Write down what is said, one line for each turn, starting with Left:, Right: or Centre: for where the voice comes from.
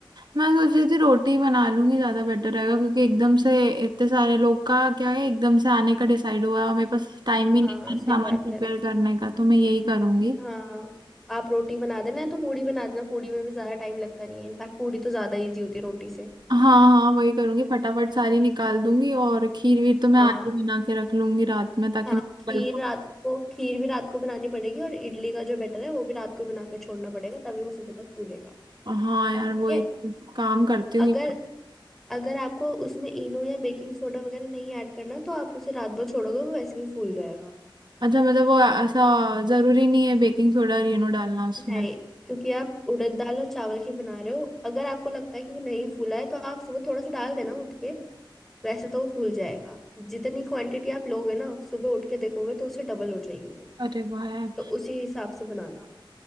Right: मैं सोच रही थी रोटी बना लूंगी ज्यादा बेटर रहेगा क्योंकि एकदम से इतने सारे लोग का क्या है एकदम से आने का डिसाइड हुआ है और मेरे पास टाइम भी
Centre: हाँ
Right: नहीं था
Centre: सही
Right: सामान
Centre: बात
Right: प्रिपेयर
Centre: है
Right: करने का तो मैं यही करूंगी
Centre: हाँ आप रोटी बना देना या तो पूड़ी बना देना पूड़ी में भी ज्यादा टाइम लगता नहीं है इनफैक्ट पूड़ी तो ज्यादा इजी होती है रोटी से
Right: हाँ हाँ वही करूंगी फटाफट सारी निकाल दूंगी और खीर वीर तो मैं
Centre: हाँ
Right: आज ही बना के रख लूंगी रात में ताकि
Centre: हाँ
Right: मैं
Centre: खीर
Right: कल
Centre: रात को खीर भी रात को बनानी पड़ेगी और इडली का जो बैटर है वो भी रात को ही बना के छोड़ना पड़ेगा तभी वो सुबह तक फूलेगा
Right: हाँ यार वही
Centre: ठीक है
Right: काम करती हूँ
Centre: अगर अगर आपको उसमें इनो या बेकिंग सोडा वगैरह नहीं ऐड करना तो आप उसे रात भर छोड़ोगे वो वैसे भी फूल जाएगा
Right: अच्छा मतलब वो ऐसा जरूरी नहीं है बेकिंग सोडा और नो डालना उसमें
Centre: नहीं क्योंकि आप उड़द दाल और चावल की बना रहे हो अगर आपको लगता है कि वो नहीं फूला है तो आप सुबह थोड़ा सा डाल देना उठ के वैसे तो वो फूल जाएगा जितनी क्वांटिटी आप लोगे ना सुबह उठ के देखोगे तो उससे डबल हो जाएगी वो
Right: अरे वाह यार
Centre: तो उसी हिसाब से बनाना